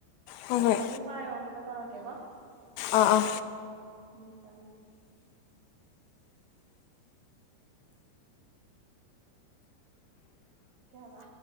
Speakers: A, on the left; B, on the right.
A: ꯍꯣꯏ ꯍꯣꯏ
B: ꯑꯗꯨꯝ ꯄꯥꯏꯌꯣ ꯑꯃꯨꯛꯀ ꯇꯧꯔꯀꯦ ꯀꯩꯕꯥ
A: ꯑꯥ ꯑꯥ
B: ꯎꯝ ꯊꯝꯃꯦ ꯊꯝꯃꯦ ꯀꯩ ꯍꯥꯏꯕꯥ